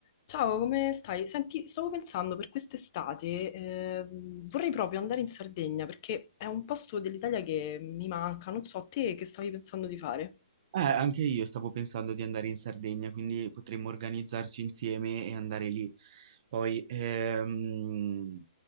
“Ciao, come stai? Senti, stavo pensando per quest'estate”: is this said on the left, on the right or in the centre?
Left